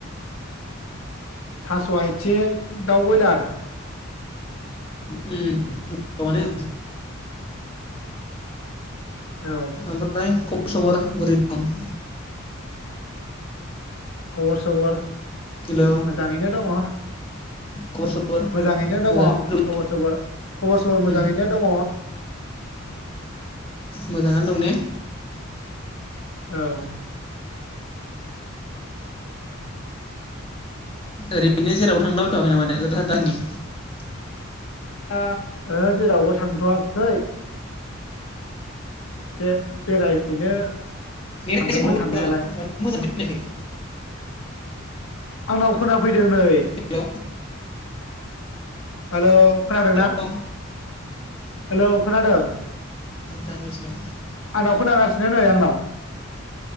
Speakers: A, on the left (about 85°); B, on the left (about 25°).
A: थास आथिं दाउ बयलार
B: उम गोथावानो।
A: औ
B: ओमफ्राय खब सबर बौरै दं?
A: खबर सबर
B: हेलौ
A: मोजाङैनो दङ।
B: खबर सबर
A: मोजाङैनो दङ
B: मोजाङैनो
A: खबर सबर खबर सबर
B: दं
A: मोजाङैनो दङ
B: मोजाङानो दं ने
A: औ
B: ओरैनो जेराव थांलाबायथवाखै नामा दा? दा दान्दि
A: ओ ओहो जेरावबो थांथवाखै एसे बेरायहैनो
B: नेटा
A: सानदोंमोन
B: एसे प्रब्लेम
A: साननायालाय
B: नामा माथो मोजां खोनायाखै
A: आंनाव खोनाफैदों नै
B: हेलौ
A: हेलौ खोनादों
B: हेलौ
A: ना हेलौ खोनादों
B: दानबायसो नामा
A: आंनाव खोनागासि <unintelligible> आंनाव